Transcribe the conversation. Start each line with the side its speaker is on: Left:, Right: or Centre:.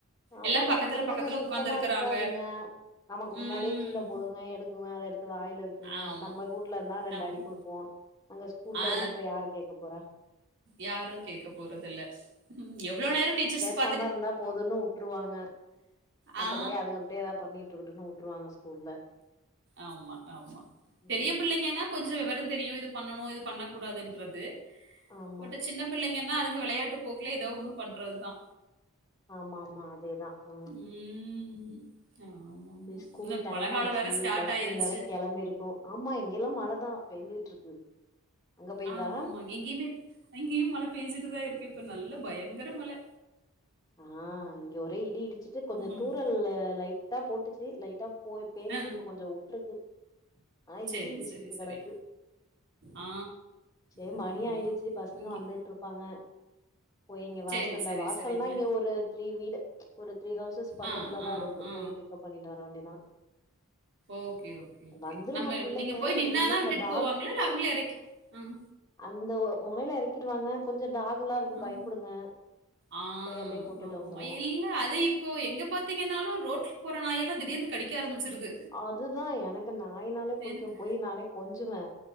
Left: ஆம
Right: எல்லா
Left: ஆமா
Right: பக்கத்துல
Left: புள்ளைங்க
Right: பக்கத்துல
Left: சுத்தமா
Right: உக்காந்துருக்கறாங்க
Left: இருக்காதுங்க நமக்கு முன்னாடியே
Right: ம்
Left: கீழே போடுங்க எடு ங்க அத எடுத்து வாயில வைக்குங்க
Right: ஆமா
Left: நம்ம ஊட்டுல இருந்தா ரெண்டு
Right: ஆமா
Left: அடி கொடுப்போ அங்க ஸ்கூல்ல
Right: ஆ
Left: என்னத்த யாரு கேக்க போறா
Right: யாரு கேக்க போறதில்ல எவ்வளோ நேரோ டீச்சர்ஸ் பா
Left: பேசாமர்ந்தா போதுன்னு விட்டுருவாங்க மத்தபடி
Right: ஆ
Left: அதுங்க அப்டியே ஏதாவது பண்ணிட்டு இருக்கட்டுன்னு விட்ருவாங்க ஸ்கூல்ல
Right: ஆமா ஆமா பெரிய
Left: ம்
Right: புள்ளைங்கன்னா கொஞ்சு விவரம் தெரியு இது பண்ணணு இது பண்ணக்கூடாதுன்றது
Left: ஆமா
Right: பட் சின்ன பிள்ளைங்கன்னா அதுங்க விளையாட்டு போக்குல ஏதோ ஒண்ணு பண்றதுதா
Left: ஆமா ஆமா அதேதா ஆ
Right: ம் ஆமா ஆமா
Left: ஸ்கூல்
Right: இன்னும்
Left: டைம்
Right: மழை காலம்
Left: ஆச்சு
Right: வேற ஸ்டார்ட்
Left: பஸ்சு
Right: ஆயிருச்சு
Left: இன்நேரோ கெளம்பியிருக்கு ஆமா இங்கெல்லா மழைதா பெஞ்சிட்டு இருக்கு அங்க பெய்தா
Right: ஆ ஆமா ஆமா எங்கேயுமே அங்கேயு மழை பெஞ்சுட்டுதா இருக்கு இப்ப நல்ல பயங்கர மழ
Left: ஆ இங்க ஒரே இடி இடிச்சுட்டு கொஞ்சு
Right: ம்
Left: தூரல்ல லைட் ட்டா போட்டுச்சு லைட்டா போய் பேஞ்சு
Right: ஆ
Left: இப்ப கொஞ்சூ உட்டுருக்கு ஆ
Right: சரி
Left: இடி இடிச்சிக்கிட்டு
Right: சரி சரி
Left: கடக்கு
Right: ஆ
Left: சேரி
Right: அதான்
Left: மணி
Right: அதான்
Left: ஆயிடுச்சு
Right: அதான்
Left: பசங்க
Right: இங்கே
Left: வந்துட்டு இருப்பாங்க போயிங்க வாசல்ல
Right: சரி சரி
Left: வாசல்னா
Right: சரிங்க
Left: இங்க ஒரு த்ரீ வீடு ம்ச் ஒரு த்ரீ ஹவுசஸ் பக்கத்துலதா
Right: ஆ ஆ
Left: இருக்கு
Right: ஆ
Left: போய் பிக்அப் பண்ணிட்டு வர வேண்டியதுதா
Right: ஓக்கே ஓக்கே ஓக்கே
Left: வந்துருங்க
Right: நம்ம
Left: புள்ளைங்க
Right: நீங்க போய்
Left: இருந்தாலு
Right: நின்னாதா
Left: இந்த
Right: விட்டுட்டு
Left: டாக்
Right: போவாங்களா இல்ல அவங்களே எறக்கி ம்
Left: அந்த ஒரு முனையில இறக்கிடுவாங்க கொஞ்சு டாகு எல்லா இருக்கு
Right: ஆ
Left: பயப்படுங்க
Right: ஆ
Left: போய் அப்டியே கூட்டுட்டு
Right: ஆமா
Left: வந்துரு
Right: ஆமா இல்ல அதே இப் போ எங்க பாத்திங்கன்னாலு ரோட்டில போற நாயெல்லா திடீர்னு கடிக்க ஆரமிச்சடுது
Left: அதுதா எனக்கு நாயினாலே பிடிக்கு
Right: எனக்கு
Left: போய் நானே கொஞ்சுவே